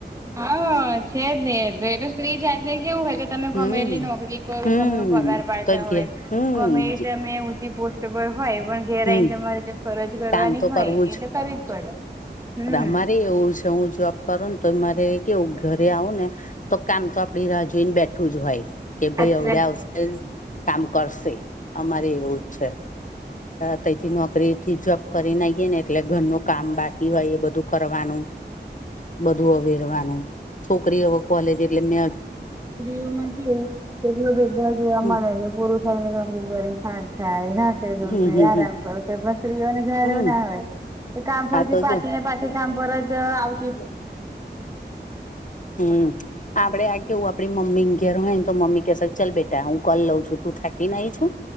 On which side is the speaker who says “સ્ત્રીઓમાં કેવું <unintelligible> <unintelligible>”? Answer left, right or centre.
Right